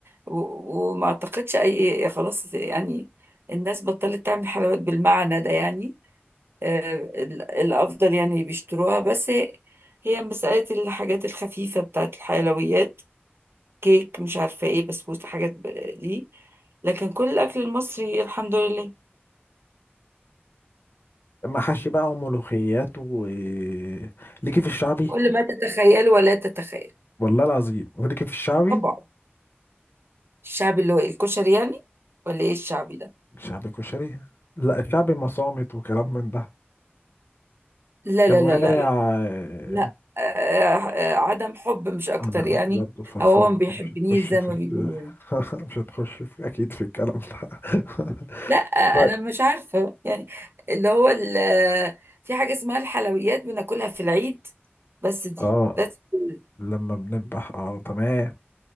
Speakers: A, on the right; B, on the left.
A: و- وما اعتقدش اي خلاص يعني الناس بطلت تعمل حلويات بالمعنى ده يعني آه، ال- الافضل يعني بيشتروها بس هي هي مسألة الحاجات الخفيفة بتاعت الحلويات كيك مش عارفة ايه بسبوسة حاجات ب- دي لكن كل الأكل المصري الحمد لله
B: محاشي بقى وملوخيات و إيه، ليكي في الشعبي
A: كل ما تتخيل ولا تتخيل
B: والله العظيم وليكي في الشعبي
A: طبعا الشعب اللي هو الكشري يعني ولا ايه الشعبي ده
B: شعبي كشري لا الشعبي مصامت وكلام من ده
A: لا
B: كوارع
A: لا لا لا
B: إيه،
A: لا آه، آه، عدم حب مش اكتر
B: انا قلت
A: يعني
B: برضه فرفورة
A: او هو ما
B: انت
A: بيحبنيش
B: مش هتخش
A: زي
B: في
A: ما
B: ال...
A: بيقولوا يعني
B: <laughs> مش هتخش في اكيد في الكلام ده <laughs>
A: لا آه،
B: طيب
A: انا مش عارفه يعني اللي هو ال- آه، في حاجه اسمها الحلويات بناكلها في العيد بس دي
B: اه
A: that's all.
B: لما بنذبح اه تمام